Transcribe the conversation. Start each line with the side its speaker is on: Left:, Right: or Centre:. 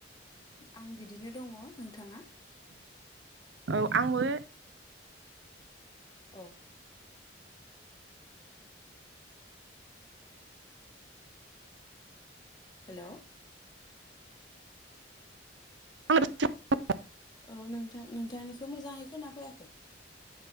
Left: आं बिदिनो दङ' नोंथाङा?
Right: औ आंबो
Left: औ हेल'
Right: <inaudible>
Left: औ नोंथां-नोंथांनिखौ मोजाङै खोनाफैयाखै